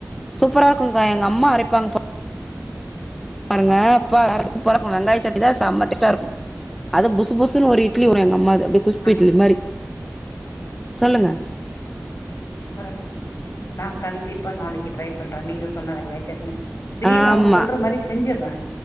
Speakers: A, in the centre; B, on the left.
A: சூப்பரா இருக்குங்கா எங்க அம்மா அரைப்பாங்க பா பாருங்க அப்பா வேற பறக்கு வெங்காய சட்டிதான் செம்ம டேஸ்டா இருக்கு அது புசு புசு ஒரு இட்லி வரு எங்க அம்மாக் கு அப்டிய குஸ்பு
B: நா
A: இட்லி மாரி சொல்லுங்க
B: கரெ நான் கண்டிப்பா நாளைக்கு ட்ரை பண்றே நீங்க சொன்ன வெங்காய சட்னி திடீன்னு
A: ஆமா
B: அவுங்க சொல்ற மாரி செஞ்சிறே